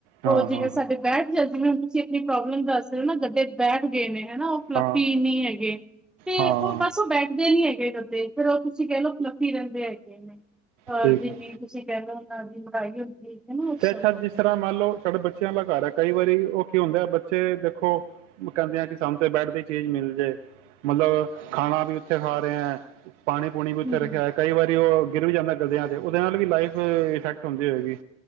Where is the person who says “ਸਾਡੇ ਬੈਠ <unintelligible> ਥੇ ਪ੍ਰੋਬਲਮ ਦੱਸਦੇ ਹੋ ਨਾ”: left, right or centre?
Centre